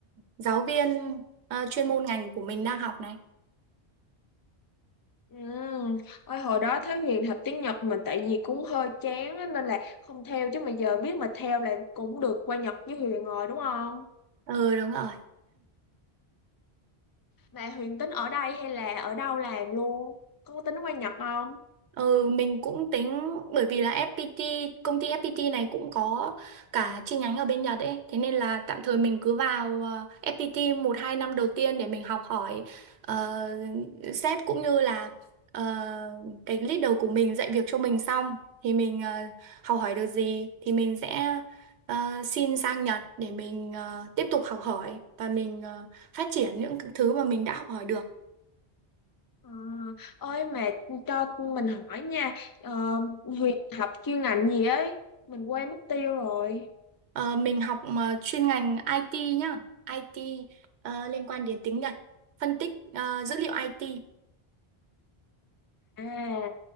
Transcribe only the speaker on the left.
Ừ. Ôi, hồi đó thấy Huyền học tiếng Nhật mình tại vì cũng hơi chán á, nên là không theo chứ mà giờ biết mà theo là cũng được qua Nhật với Huyền rồi đúng không
mà Huyền tính ở đây hay là ở đâu làm luôn có tính qua Nhật không
Ờ, ơi mà cho mình hỏi nha ờ, Huyền học chuyên ngành gì ấy mình quên mất tiêu rồi
à